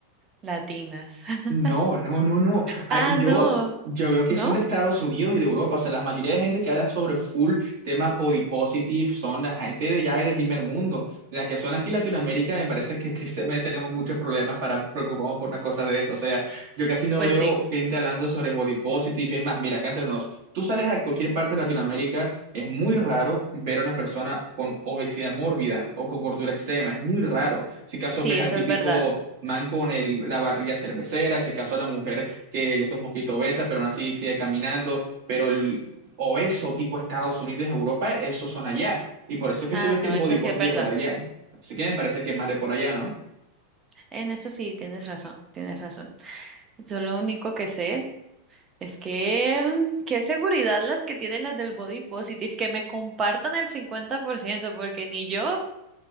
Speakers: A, on the right; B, on the right.
A: latinas. <laughs>
B: No, no, no, no. Ay,
A: Ah,
B: Yo,
A: no,
B: yo veo que
A: ¿no?
B: son de Estados Unidos y de Europa. O sea, la mayoría de gente que habla sobre full tema body positive son la gente de ya de primer mundo. La que son aquí en Latinoamérica, me parece que tristemente tenemos muchos problemas para preocuparnos por una cosa de eso. O sea, yo casi no
A: Pues
B: veo
A: sí,
B: gente hablando sobre body positive. Es más, mira, acá entre nos, tú sales a cualquier parte de Latinoamérica es muy raro ver a una persona con obesidad mórbida o con gordura extrema, es muy raro. Si acaso
A: sí,
B: ves
A: eso
B: al típico
A: es verdad.
B: man con el, la barriga cervecera, si acaso a la mujer que ya está un poquito obesa, pero aún así sigue caminando, pero el obeso tipo Estados Unidos, Europa, esos son allá. Y por eso es que
A: Ah,
B: tú ves
A: no,
B: que el body
A: eso
B: positive
A: sí es verdad.
B: fue de allá. Así que me parece que es más de por allá, ¿no?
A: En eso sí tienes razón, tienes razón. yo lo único que sé. Es que, mm, qué seguridad las que tienen las del body positive, que me compartan el 50% porque ni yo,